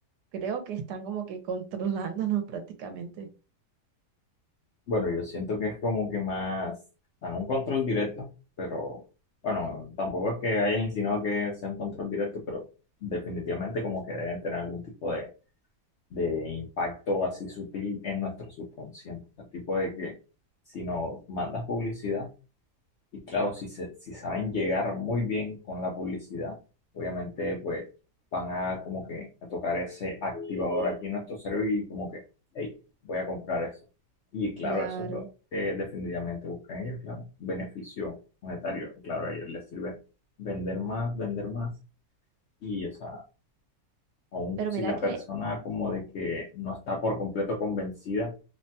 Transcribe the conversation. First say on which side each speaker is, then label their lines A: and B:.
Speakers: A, on the right; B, on the left.
A: creo que están como que controlándonos <laughs> prácticamente.
B: bueno, yo siento que es como que más, dan un control directo, pero bueno, tampoco es que hayas insinuado que sea un control directo, pero definitivamente como que deben tener algún tipo de de impacto así sutil en nuestro subconsciente. El tipo de que si nos mandas publicidad, y claro, si, se- si saben llegar muy bien con la publicidad, obviamente pues van a como que a tocar ese activador aquí en nuestro cerebro y como que, hey, voy a comprar eso. Y claro,
A: Claro,
B: eso es lo que definitivamente buscan ellos, claro, beneficio monetario. Claro, a ellos les sirve vender más, vender más. Y, o sea, aún
A: pero
B: si
A: mira
B: la
A: que,
B: persona como de que no está por completo convencida,